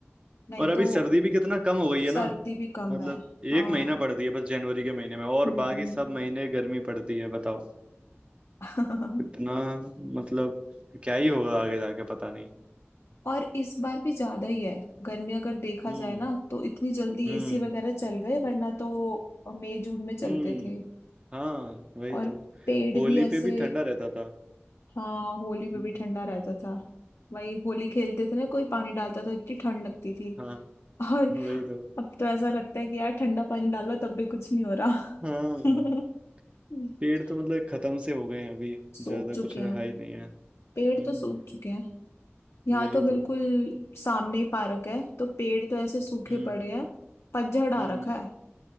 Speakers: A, on the left; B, on the right.
A: नहीं
B: और अभी
A: तो
B: सर्दी भी कितना कम हो गई
A: सर्दी
B: है ना
A: भी कम
B: मतलब
A: है हाँ
B: एक महीना पड़ती है बस जनवरी के महीने में और
A: हम्म
B: बाकी सब महीने गर्मी पड़ती है बताओ
A: <laughs>
B: इतना मतलब क्या ही होगा आगे जाके पता नहीं
A: और इस बार भी ज्यादा ही है गर्मी अगर देखा
B: हम्म
A: जाए ना तो इतनी जल्दी
B: हम्म
A: एसी वगैरह चल गए वरना तो मई जून में चलते
B: हम्म
A: थे
B: हाँ वही
A: और
B: तो
A: पेड़
B: होली
A: भी ऐसे
B: पे भी ठंडा रहता था
A: हाँ होली पे
B: हम्म,
A: भी ठंडा रहता था वही होली खेलते थे ना कोई पानी डालता तो इतनी ठंड लगती थी
B: हाँ
A: और
B: वही तो
A: अब तो ऐसा लगता है कि यार ठंडा पानी डालो तब भी कुछ नहीं हो रहा
B: हाँ
A: <laughs>
B: पेड़ तो मतलब खत्म से हो गए हैं अभी
A: सूख
B: ज्यादा
A: चुके
B: कुछ रहा
A: हैं
B: ही नहीं है
A: पेड़
B: हम्म
A: तो सूख चुके हैं यहाँ
B: वही
A: तो बिल्कुल
B: तो
A: सामने ही पार्क है तो पेड़ तो ऐसे सूखे
B: हम्म
A: पड़े हैं पतझड़ आ
B: हम्म
A: रखा है